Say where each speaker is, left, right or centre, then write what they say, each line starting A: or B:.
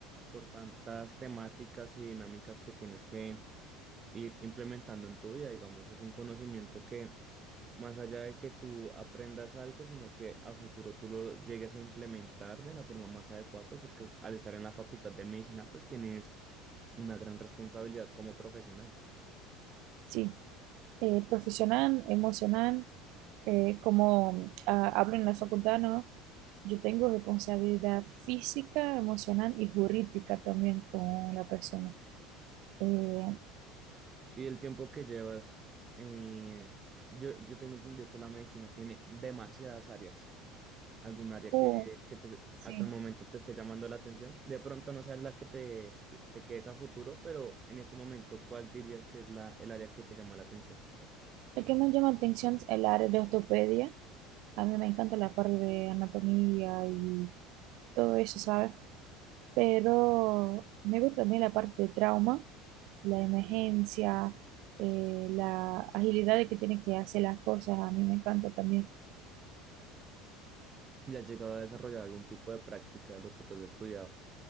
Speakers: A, on the right; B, on the right.
A: por tantas temáticas y dinámicas que tienes que ir implementando en tu vida. Digamos, es un conocimiento que más allá de que tú aprendas algo, sino que a futuro tú lo llegues a implementar de la forma más adecuada, pues porque al estar en la facultad de medicina, pues tienes una gran responsabilidad como profesional.
B: sí. Eh, profesional, emocional. eh, como ah, hablo en la facultad, ¿no? Yo tengo responsabilidad física, emocional y jurídica también con la persona. Eh,
A: Y el tiempo que llevas, eh, yo, yo tengo entendido que la medicina tiene demasiadas áreas. ¿Algún área
B: oh,
A: que, que te-
B: sí.
A: hasta el momento te esté llamando la atención? De pronto no sea la que te, que te quedes a futuro, pero en este momento, ¿cuál dirías que es la, el área que te llama la atención?
B: Lo que me llama la atención es el área de ortopedia. A mí me encanta la parte de anatomía y todo eso, ¿sabes? Pero me gusta también la parte de trauma, la emergencia, eh, la agilidad de que tiene que hacer las cosas. A mí me encanta también.
A: ¿Y has llegado a desarrollar algún tipo de práctica de lo que tú has estudiado?